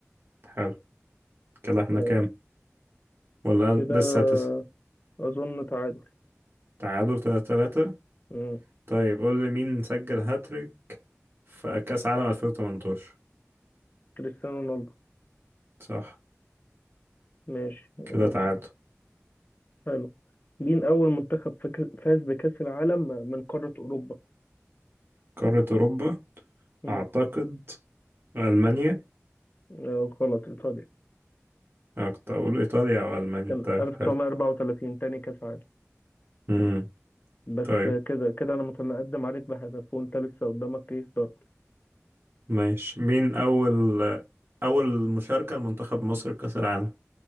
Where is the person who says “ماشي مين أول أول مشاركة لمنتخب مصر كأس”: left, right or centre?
Right